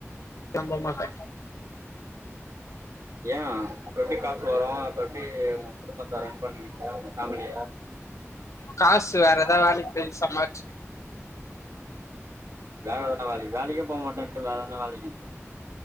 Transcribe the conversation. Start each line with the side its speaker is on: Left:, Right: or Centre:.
Left: நா போமாட்டே
Right: ஏ அப்ப எப்டி காசு வரு அப்ப எப்டி உங்க குடும்பத்த ரன் பண்ணுவீங்க உங்க ஃபேமிலிய
Left: காசு வேற எதா வேலைக் போய் சம்பாறிச்
Right: வேற அது என்னா வேலைக் வேலைக்கே போமாட்டேன்ட்டு வேற என்னா வேலைக்கி